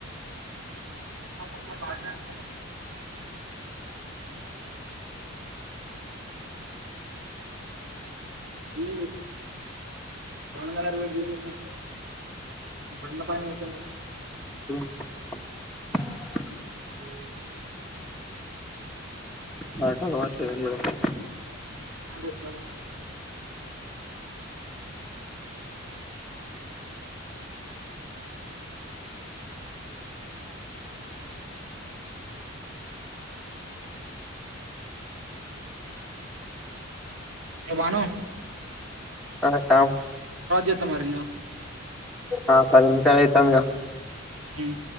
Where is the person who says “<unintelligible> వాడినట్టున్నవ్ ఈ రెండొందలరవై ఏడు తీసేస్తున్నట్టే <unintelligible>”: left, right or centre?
Right